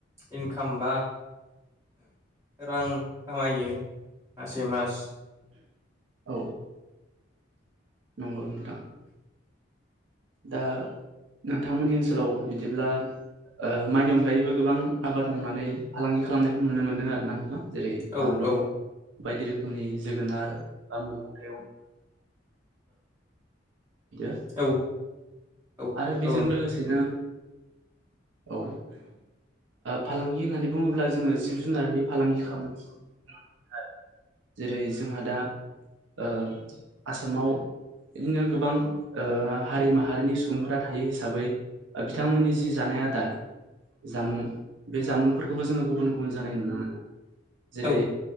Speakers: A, on the right (about 15°); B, on the right (about 85°).
A: इनकाम बा रां खामायो मासे मास
B: औ। नंगौ नोंथां। दा नोंथांमोननि ओनसोलाव बिदिब्ला ओ माइनि अनगायैबो गोबां आबाद मावनानै फालांगि खालामनायखौ नुनो मोनदों आर ना नोंथां। जेरै
A: औ
B: बानलु
A: औ
B: बायदि रोखोमनि जोगोनार बा मैगं थाइगं <unintelligible> <unintelligible>
A: औ औ
B: आरो बेजों
A: औ
B: लोगोसेनो औ। ओ फालांगि होननानै बुङोब्ला जोङो जिब जुनारनि फालांगि खालामनाय नुनो मोनो आरो। जेरै जोंहा दा ओ आसामाव बिदिनो गोबां ओ हारि माहारिनि सुबुं फोरा थायो हिसाबै बिथांमोननि जि जानाय आदार जामुं बे जामुंफोरखौबो जोङो गुबुन गुबुन जानाय नुनो मोनो। जेरै
A: औ